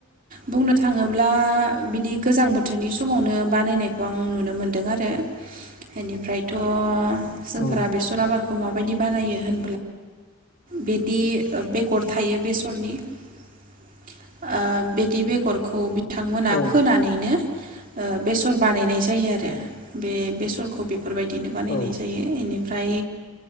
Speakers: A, on the right; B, on the left.
A: बुंनो थाङोब्ला बिदि गोजां बोथोरनि समावनो बानायनायखौ आं नुनो मोनदों आरो बेनिफ्रायथ फोरा
B: औ
A: बेसराबा माबायदि बानायो होन बिदि बेगर थायो बेसरनि ओ बिदि बेगरखौ बिथांमोना
B: औ
A: फोनानैनो ओ बेसर बानायनाय जायो आरो बे बेसरखौ बेफोरबायदिनो बानायनाय
B: औ
A: जायो एनि फ्राय